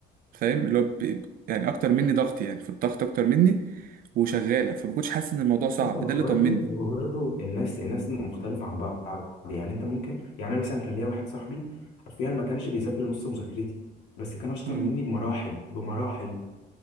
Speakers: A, on the right (about 55°); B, on the left (about 85°).
A: فاهم اللي هو ب- يعني اكتر مني ضغط يعني في الضغط اكتر مني وشغاله فما كنتش حاسس ان الموضوع صعب
B: بص هو
A: ده اللي
B: برضه
A: طمني
B: هو برضه الناس الناس مختلفه عن بعض يعني انت ممكن يعني انا مثلا كان ليا واحد صاحبي حرفيا ما كانش بيذاكر نص مذاكرتي بس كان اشطر
A: امم
B: مني بمراحل بمراحل